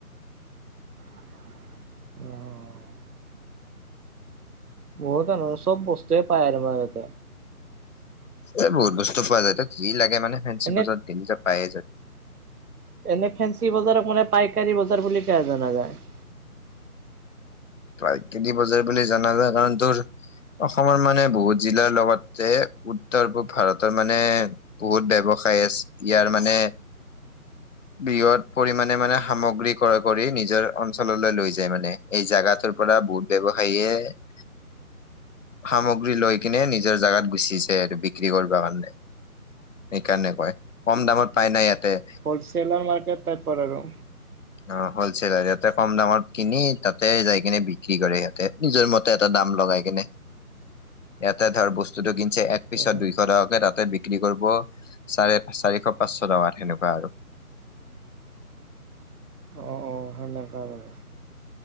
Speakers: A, on the right; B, on the left.
A: অহ বহুত আৰু চব বস্তুৱে পায় তোমাৰ তাতে।
B: এ বহুত বস্তু পোৱা যায় তাতে। যি লাগে মানে ফেঞ্চি
A: এনে
B: বজাৰত গেলি তই পায়ে যায়।
A: এনে ফেঞ্চি বজাৰকো মানে পাইকাৰী বজাৰ বুলি কিয় জনা যায়?
B: পাইকাৰী বজাৰ বুলি জানা যায় কাৰণ তোৰ অসমৰ মানে বহুত জিলাৰ লগতে উত্তৰ পূব ভাৰতৰ মানে বহুত ব্যৱসায় আছে ইয়াৰ মানে বৃহৎ পৰিমাণে মানে সামগ্ৰী ক্ৰয় কৰি নিজৰ অঞ্চললৈ লৈ যায় মানে। এই জাগাটোৰ পৰা বহুত ব্যৱসায়ে
A: <inaudible>
B: সামগ্ৰী লৈ কিনে নিজৰ জাগাত গুচি যাই আৰু বিক্ৰী কৰিব কাৰণে। সেইকাৰণে কয়। কম দামত পাই নাই ইয়াতে।
A: হলছেলাৰ মাৰ্কেট টাইপৰ আৰু।
B: অ হলচেলাৰ ইয়াতে কম দামত কিনি তাতে যাই কিনে বিক্ৰী কৰে সিহঁতে। নিজৰ মতে এটা দাম লগাই কিনে।
A: <inaudible>
B: এটা ধৰ বস্তুতটো কিনছে পিছত
A: উম।
B: দুইশ টকাকে তাতে বিক্ৰী কৰিব চাৰে চাৰিশ পাঁচশ টকাত সেনেকুৱা আৰু।
A: অ অ সেনেকা মানে।